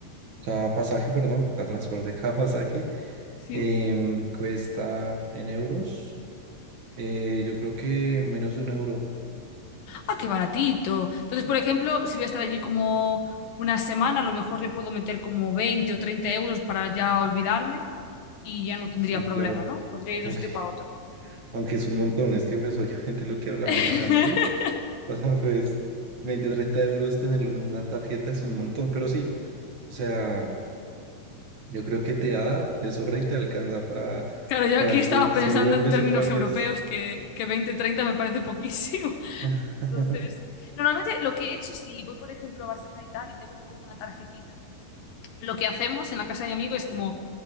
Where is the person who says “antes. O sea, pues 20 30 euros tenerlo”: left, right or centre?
Right